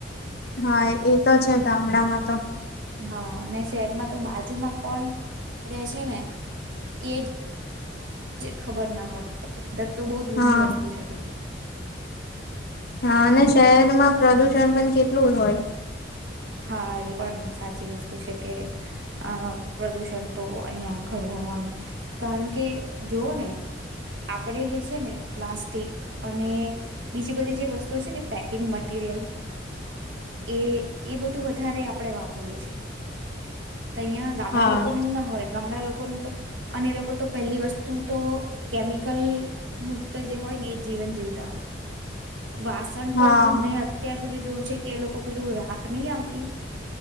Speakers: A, on the left (about 55°); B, on the right (about 85°).
A: હા એ તો છે ગામડામાં તો
B: હા અને શહેરમાં તો બાજુમાં કોણ રે છે ને એજ જે ખબર ના હોય. દત્ત તો બહુ દૂરની
A: હા
B: વસ્તુ છે પછી.
A: હા અને શહેરમાં પ્રદુષણ પણ કેટલું હોય.
B: હા એ પણ સાચી વસ્તુ છે કે આ પ્રદુષણ તો અહિયાં ઘણું હોવાનું કારણ કે જોઓ ને આપણે જે છે ને પ્લાસ્ટિક અને બીજી બધી જે વસ્તુ છે ને પેકિંગ મટીરિયલ એ એ બધું વધારે આપડે વાપર પરીએ છે. તહિયા
A: હા
B: ગામડા લોકો ને એવું ના હોય ગામડા લો અને એ લોકો તો પહેલી વસ્તુ તો કેમિકલ મુક્ત જે હોય ને એ જીવન જીવતા હોય વાસણ પણ
A: હા
B: મેં અત્યાર સુધી જોય છે કે એ લોકો પેલું રાખ ખ નઈ આવતી.